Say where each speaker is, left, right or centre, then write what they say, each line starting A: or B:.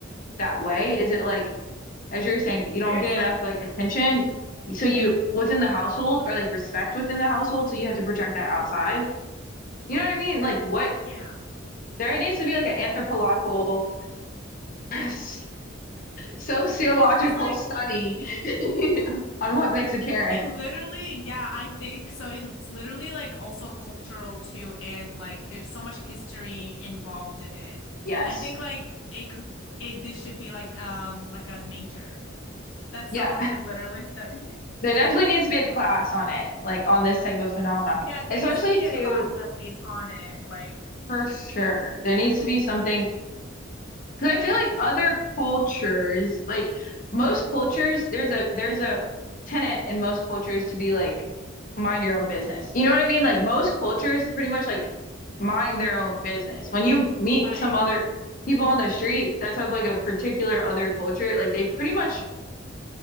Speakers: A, on the left (about 45°); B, on the left (about 75°).
A: that way? Is it like, as you're saying, you don't
B: There's
A: get
B: like
A: enough, like, attention? So you, within the household, or like respect within the household, so you have to project that outside? You know what I mean? Like what
B: yeah.
A: there needs to be like an anthropological, <laughs> sociological
B: This is like
A: study <laughs> on what makes a Karen.
B: It literally, yeah, I think so. It's literally like also cultural too, and like there's so much history involved in it.
A: Yes.
B: I think like it could it this should be like um like a major that
A: Yeah.
B: someone could literally study.
A: There definitely needs to be a class on it, like on this type of phenomenon.
B: Yeah, there
A: Especially
B: needs to be
A: to,
B: a class at least on it, like
A: for sure, there needs
B: the culture
A: to be something
B: and
A: Because I feel like other cultures, like most cultures, there's a there's a tenet in most cultures to be like mind your own business. You know what I mean? Like most cultures pretty much like mind their own business. When you meet
B: right.
A: some other people on the street that's of like a particular other culture, like they pretty much